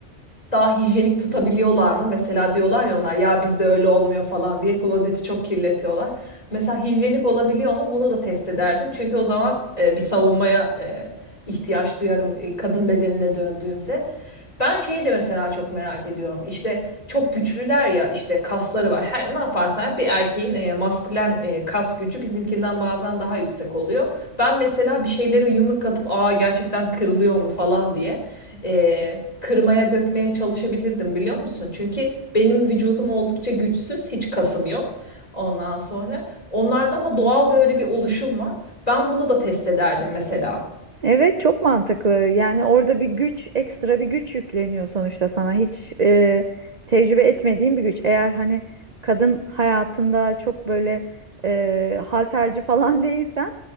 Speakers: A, on the left (about 30°); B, on the right (about 40°).
A: daha hijyenik tutabiliyorlar mı? Mesela diyorlar ya onlar ya bizde öyle olmuyor falan diye klozeti çok kirletiyorlar. Mesela hijyenik olabiliyor mu? Bunu da test ederdim. Çünkü o zaman e, bir savunmaya e, ihtiyaç duyarım e, kadın bedenine döndüğümde. Ben şeyi de mesela çok merak ediyorum. İşte çok güçlüler ya işte kasları var. Her, ne yaparsan yap bir erkeğin e, maskülen e, kas gücü bizimkinden bazen daha yüksek oluyor. Ben mesela bir şeyleri yumruk atıp aa gerçekten kırılıyor mu falan diye e, kırmaya dökmeye çalışabilirdim biliyor musun? Çünkü benim vücudum oldukça güçsüz hiç kasım yok. Ondan sonra onlarda ama doğal böyle bir oluşum var. Ben bunu da test ederdim mesela.
B: Evet çok mantıklı. Yani orada bir güç, ekstra bir güç yükleniyor sonuçta sana. Hiç e, tecrübe etmediğin bir güç. Eğer hani kadın hayatında çok böyle e, halterci falan <laughs> değilsen